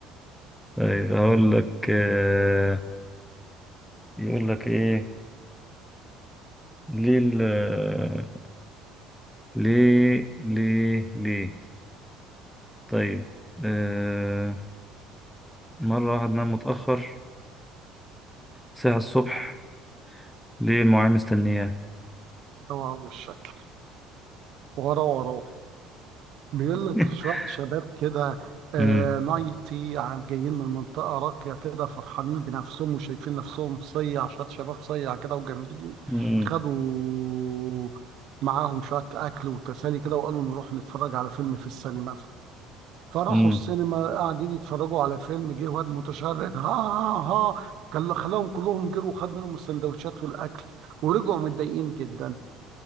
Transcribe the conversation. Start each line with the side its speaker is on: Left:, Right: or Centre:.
Centre: طيب هقول لك آه، يقول لك ايه ليه ال- آه، ليه ليه ليه طيب آه، مرة واحد نام متأخر ساعة الصبح ليه المعلم مستنياه
Right: اوعى وشك ورا ورا بيقول لك
Centre: <laughs>
Right: شوية شباب كده آه
Centre: امم
Right: نايتي عم جايين من منطقة راقية كده فرحانين بنفسهم وشايفين نفسهم صيع شوية شباب صيع كده وجامدين
Centre: امم
Right: خدوا معاهم شوية أكل وتسالي كده وقالوا نروح نتفرج على فيلم في السينما فراحوا
Centre: امم
Right: السينما قاعدين يتفرجوا على فيلم جه واد متشرد ها ها ها كل- خلاهم كلهم جروا وخد منهم السندوتشات والأكل ورجعوا متضايقين جدا